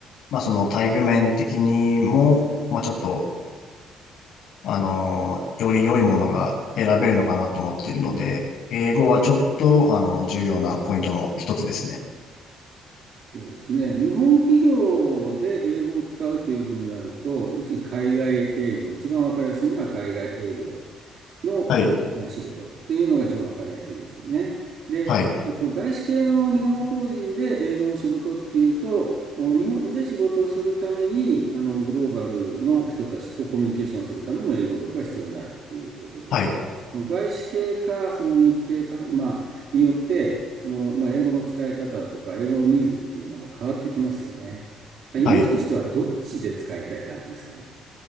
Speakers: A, on the left; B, on the right.
A: まあその待遇面的にも、まあちょっと、あのーより良いものが選べるのかなと思ってるので、英語はちょっと、あの、重要なポイントの一つですね。
B: そうですね。日本企業で英語を使うというふうになると、要するに海外営業、一番わかりやすいのは海外営業。の
A: はい、
B: 仕事っていうのが一番分かりやすいですよね。で、
A: はい、
B: えっと、外資系の日本法人で英語の仕事っていうと、お日本で仕事をするためにあのグローバルの人たちとコミュニケーションするための英語力が必要になるっていうことでその外資系かその日系か、
A: はい、
B: まあ、によってその、まあ、英語の使い方とか英語のニーズっていうのも変わってきますよねイメージとしてはどっちで使いたい感じですかね
A: はい。